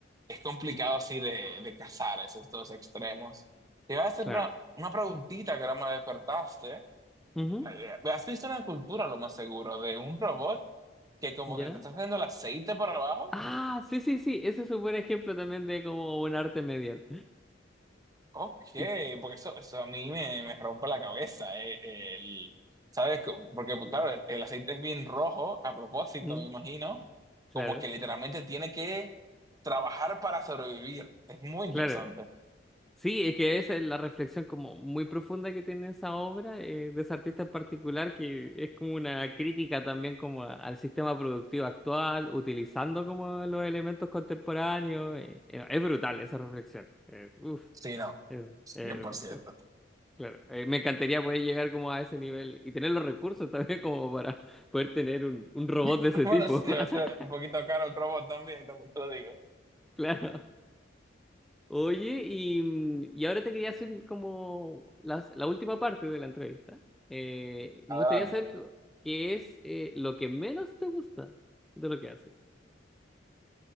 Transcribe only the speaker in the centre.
Claro.
ujú,
¿Ya?
Ah, sí, sí, sí. Ese es un buen ejemplo también de como un arte medial.
Y-
mm,
claro,
claro. Sí, es que esa es la reflexión como muy profunda que tiene esa obra eh, de ese artista en particular, que es como una crítica también como a- al sistema productivo actual, utilizando como los elementos contemporáneos. eh, eh, es brutal esa reflexión. eh, uf,
es,
eh,
Claro, eh, me encantaría poder llegar como a ese nivel y tener los recursos <laughs> también como para poder tener un, un robot
de ese
tipo.
<laughs>
Claro. Oye, y, mm, y ahora te quería hacer como las- la última parte de la entrevista. Eh, me
gustaría saber qué qué es eh, lo que menos te gusta de lo que haces.